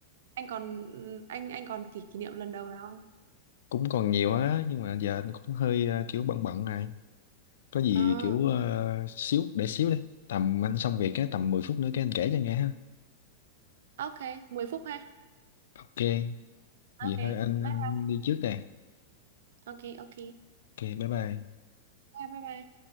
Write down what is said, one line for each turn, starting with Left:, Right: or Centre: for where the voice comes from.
Right: anh còn anh anh còn kỷ kỷ niệm lần đầu nào không?
Left: cũng còn nhiều á nhưng mà giờ anh cũng hơi ờ, kiểu bận bận này có gì
Right: À,
Left: kiểu ờ, xíu để xíu đi tầm anh xong việc á tầm 10 phút nữa cái anh kể cho nghe ha
Right: ok, 10 phút ha.
Left: ok vậy
Right: Ok,
Left: thôi anh,
Right: bye.
Left: anh đi trước đây
Right: Ok, ok.
Left: ok bye bye
Right: Bye bye bye.